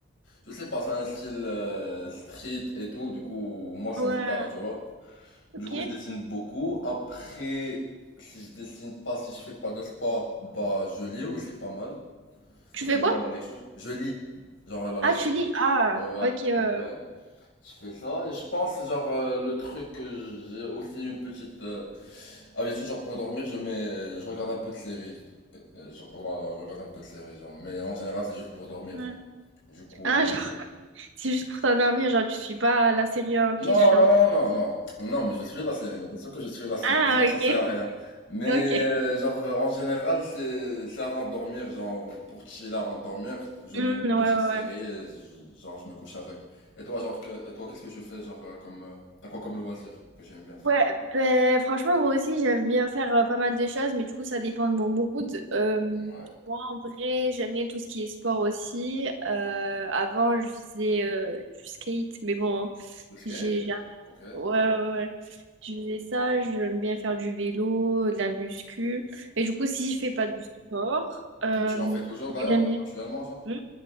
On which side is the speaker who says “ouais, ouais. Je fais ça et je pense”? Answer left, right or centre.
Left